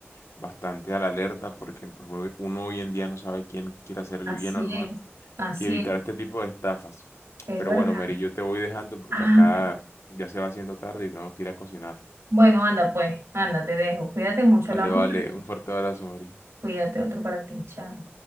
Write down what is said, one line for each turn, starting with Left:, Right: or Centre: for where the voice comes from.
Left: bastante a la alerta porque pues, uno, uno hoy en día no sabe quién quiere hacer el
Right: Así
Left: bien o el mal
Right: es, así
Left: y evitar
Right: es,
Left: este tipo de estafas.
Right: es
Left: Pero
Right: verdad.
Left: bueno, Mary, yo te voy dejando porque
Right: Ah,
Left: acá
Right: ok.
Left: ya se va haciendo tarde y tenemos que ir a cocinar.
Right: bueno, anda pues, anda, te dejo. Cuídate mucho,
Left: Vale,
Right: hablamos
Left: vale,
Right: luego.
Left: un fuerte abrazo, Mary.
Right: Cuídate, otro para ti, chao.